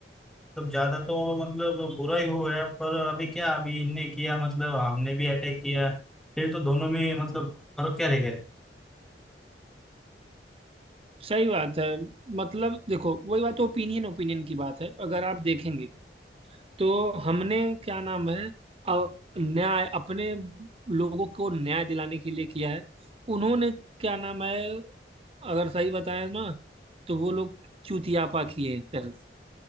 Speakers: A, in the centre; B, on the right.
A: मतलब ज्यादा तो मतलब बुरा ही हो गया पर अभी क्या अभी इनने किया मतलब हमने भी अटैक किया फिर तो दोनों में मतलब फर्क क्या रह गया
B: सही बात है मतलब देखो वही बात ओपिनियन ओपिनियन की बात है अगर आप देखेंगे तो हमने क्या नाम है अ- न्याय अपने लोगों को न्याय दिलाने के लिए किया है उन्होंने क्या नाम है अगर सही बताएं ना तो वो लोग चूतियापा किए एक तरह से